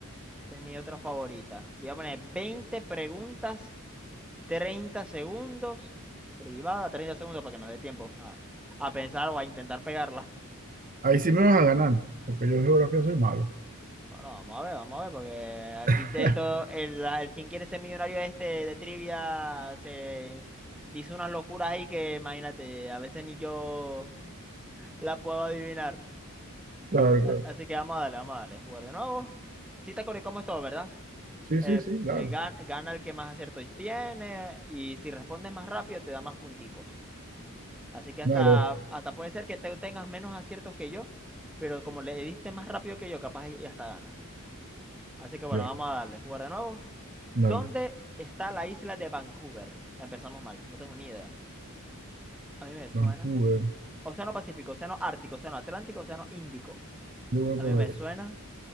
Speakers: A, in the centre; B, on the right.
A: Esa es mi otra favorita. Voy a poner 20 preguntas, 30 segundos. Privada, 30 segundos para que nos dé tiempo a, a pensar o a intentar pegarla.
B: Ahí sí me vas a ganar, porque yo de geografía soy malo.
A: Bueno, vamos a ver, vamos a ver, porque aquí
B: <laughs>
A: te, todo, el, la- el quien quiere ser millonario este de trivia se dice unas locuras ahí que imagínate, a veces ni yo la puedo adivinar.
B: Claro,
A: A-
B: claro.
A: Así que vamos a darle, vamos a darle, jugar de nuevo. Sí te acordé cómo es todo, ¿verdad?
B: Sí,
A: Eh,
B: sí, sí, dale.
A: eh, gan- gana el que más aciertos tiene y si respondes más rápido te da más punticos. Así que
B: Dale,
A: hasta,
B: dale.
A: hasta puede ser que te tengas menos aciertos que yo, pero como le diste más rápido que yo, capaz y y hasta ganas. Así que bueno,
B: Ya,
A: vamos a darle, jugar de nuevo.
B: dale.
A: ¿Dónde está la isla de Vancouver? Empezamos mal, no tengo ni idea. A mí me suena.
B: Vancouver.
A: Océano Pacífico, Océano Ártico, Océano Atlántico, Océano Índico.
B: Yo voy
A: A
B: a poner
A: mí me suena
B: esto.